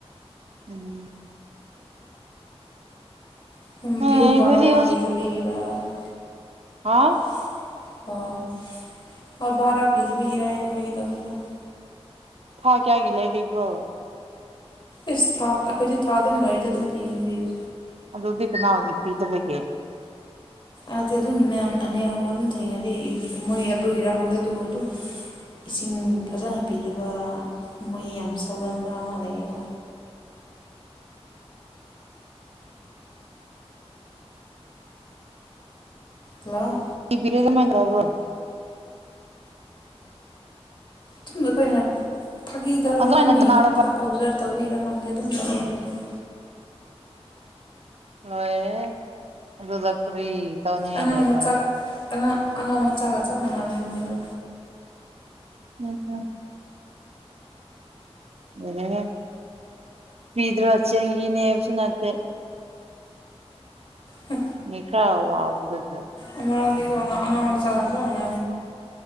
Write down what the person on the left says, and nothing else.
<unintelligible>
<unintelligible>
ꯏꯁ ꯊ ꯑꯩꯈꯣꯏꯗꯤ ꯊꯥꯗ ꯑꯗꯨꯝ ꯂꯩꯔꯗꯤ ꯑꯗꯨꯝ ꯄꯤꯕꯅꯤ ꯄꯤꯕ
ꯑꯇ ꯑꯗꯨꯝꯅ ꯃꯌꯥꯝ ꯑꯅꯤ ꯑꯍꯨꯝ ꯑꯗꯨꯝ ꯊꯦꯡꯅꯗꯤ ꯃꯣꯏ ꯑꯗꯨꯒꯤ ꯔꯥꯡꯗ ꯑꯗꯨꯕꯨ ꯑꯗꯨꯝ ꯏꯁꯤꯡ ꯐꯖꯅ ꯄꯤꯗꯕ ꯃꯣꯏ ꯌꯥꯝ ꯁꯧꯒꯟꯕ ꯑꯃ ꯂꯩꯌꯦꯕ ꯍꯂꯣ
ꯑꯗꯨꯗ ꯑꯩꯈꯣꯏꯅ ꯐꯥꯒꯤ ꯇꯧꯔꯒ
ꯑꯗꯨꯝꯡ
ꯑꯣꯞꯖꯥꯞ ꯇꯧꯕꯤꯔꯥ ꯈꯪꯗꯦ ꯑꯗꯨꯝ ꯇꯧꯔꯅꯤꯕ
ꯑꯉꯥꯡ
ꯃꯆꯥꯒ ꯑꯉꯥꯡ ꯑꯉꯥꯡ ꯃꯆꯥꯒ ꯆꯞ ꯃꯥꯟꯅꯅꯅꯤ ꯃꯣꯏꯁꯨ
ꯍ
ꯑꯃ ꯑꯥꯅꯤ ꯑ ꯑꯉꯥꯡꯕꯨ ꯆꯥꯖꯅ ꯃ